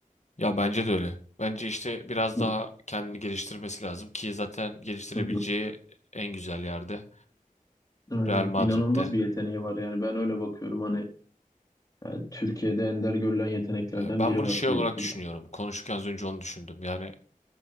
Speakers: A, on the left; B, on the left.
A: Ya bence de öyle. Bence işte biraz
B: <laughs>
A: daha kendini geliştirmesi lazım ki zaten geliştirebileceği
B: Hı hı.
A: en güzel yerde
B: Aynen.
A: Real Madrid'de.
B: İnanılmaz bir yeteneği var yani ben öyle bakıyorum hani yani Türkiye'de ender görülen yeteneklerden
A: E, Ben
B: biri
A: bunu
B: var
A: şey
B: çocukta.
A: olarak düşünüyorum. Konuşurken az önce onu düşündüm. Yani